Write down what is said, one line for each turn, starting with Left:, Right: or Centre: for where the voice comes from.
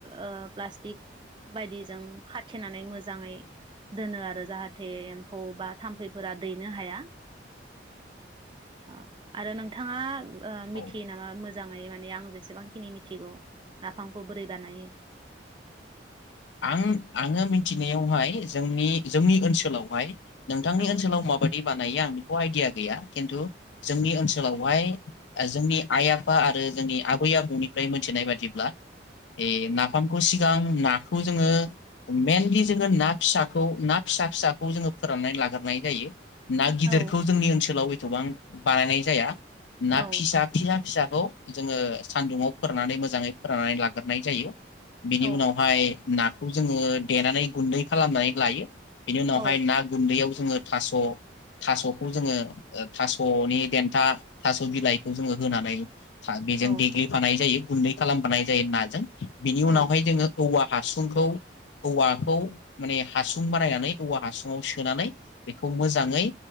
Right: ओ प्लास्टिक बायदिजों खाथेनानै मोजाङै दोनो आरो जाहाथे एम्फौ बा थाम्फैफोरा दैनो हाया ओ आरो नोंथाङा ओ
Left: औ
Right: मिथियो नामा मोजां मोजाङै माने आं जेसेबांखिनि मिथिगौ नाफामखौ बोरै बानायो
Left: आं आङो मिथिनायावहाय जोंनि जोंनि ओनसोलावहाय नोंथांनि
Right: औ
Left: ओनसोलाव माबादि बानायो आं आइडिया गैया खिन्थु जोंनि ओनसोलावहाय जोंनि आइ आफा आरो जोंनि आबै आबौनिफ्राय मोनथिनाय बादिब्ला ए नाफामखौ सिगां ना खौ जोङो मेनलि जोङो ना फिसाखौ ना फिसा फिसाखौ जोङो फोराननानै लाग्रोनाय जायो ना गिदिरखौ
Right: औ
Left: जोंनि ओनसोलाव गोबां बानायनाय जाया ना
Right: औ
Left: फिसा फिया फिसाखौ जोङो सानदुुंङाव फोरनानै मोजाङै फोराननानै लाग्रोनाय जायो बिनि
Right: औ
Left: उनावहाय नाखौ जोङो देनानै गुन्दै खालामनानै लायो बेनि उनावहाय
Right: औ
Left: ना गुन्दैयाव जोङो थास' थास'खौ जोङो थासनि देन्था थास बिलाइखौ जोङो होनानै बेजों
Right: औ
Left: देग्लिफानाय जायो गुन्दै खालामफानाय जायो नाजों बिनि उनावहाय
Right: औ
Left: जोङो औवा हासुंखौ औवाखौ माने हासुं बानायनानै औवा हासुङाव सोनानै बेखौ मोजाङै